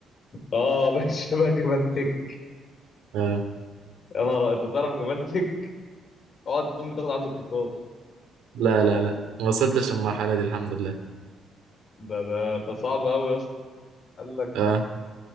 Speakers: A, on the left (about 50°); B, on the right (about 85°).
A: اه <laughs> بقت شبه جمال تك
B: اه
A: انا رأي. انت تعرف جمال تك اوعى تكون بتاخد عنده كورسات
B: لا لا لا ما وصلتش المرحلة دي الحمد لله
A: ده ده ده صعب قوي يا اسطى قال لك
B: اه